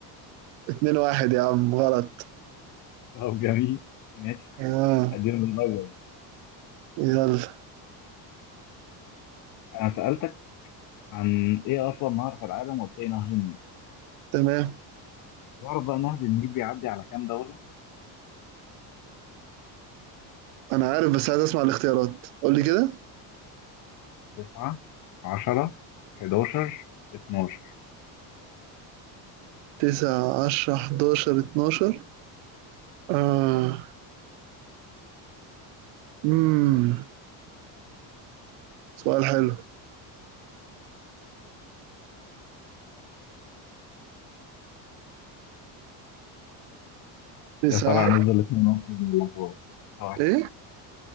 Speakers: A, on the right; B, on the left.
A: 2 1 يا عم غلط
B: طب جميل ماشي
A: اه
B: أديله من الأول
A: يلا
B: أنا سألتك عن إيه أصلا نهر في العالم وقلت لي نهر النيل
A: تمام
B: تعرف بقى نهر النيل بيعدي على كام دولة؟
A: انا عارف بس عايز اسمع الاختيارات قول لي كده
B: تسعة عشرة حداشر اتناشر
A: 9 10 11 12 اه امم سؤال حلو 9
B: يا ترى هنفضل اتنين واحد ولا هتبقى-
A: ايه